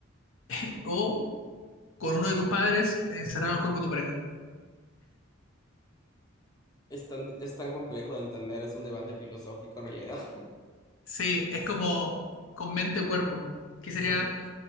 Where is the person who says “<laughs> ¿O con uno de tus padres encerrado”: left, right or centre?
Left